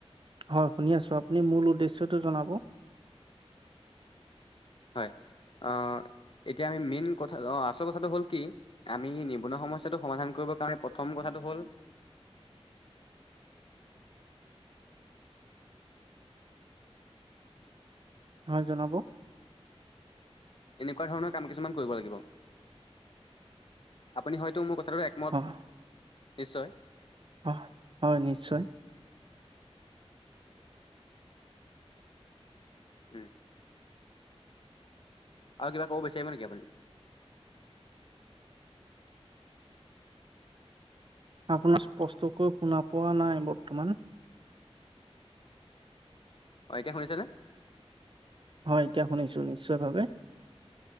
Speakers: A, on the right (about 50°); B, on the left (about 55°).
A: হয় শুনি আছোঁ, আপুনি মূল উদ্দেশ্যটো জনাব?
B: হয়। অঁ', এতিয়া আমি মেইন কথা অ' আচল কথাটো হ'ল কি- আমি নিবনুৱা সমস্যাটো সমাধান কৰিবৰ কাৰণে প্ৰথম কথাটো হ'ল-
A: হয়, জনাব।
B: এনেকুৱা ধৰণৰ কাম কিছুমান কৰিব লাগিব, আপুনি হয়তো মোৰ কথাটো এ একমত
A: হয়
B: নিশ্চয়।
A: অহ', -হয় নিশ্চয়।
B: উম। আৰু কিবা কব বিচাৰিব নেকি আপুনি?
A: আপোনাৰ স্পষ্টকৈ শুনা পোৱা নাই বৰ্তমান।
B: অ' এতিয়া শুনিছে নে?
A: হয়, এতিয়া শুনিছো, নিশ্চয় ভাৱে।